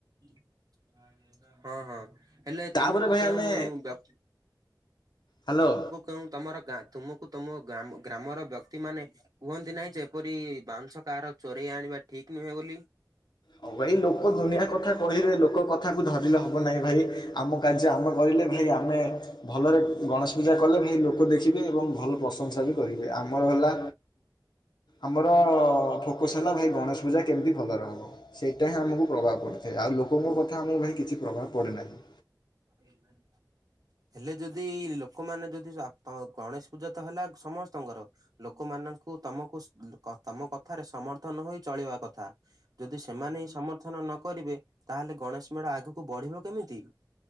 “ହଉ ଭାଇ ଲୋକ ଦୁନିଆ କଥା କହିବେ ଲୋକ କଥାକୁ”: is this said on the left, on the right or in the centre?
Left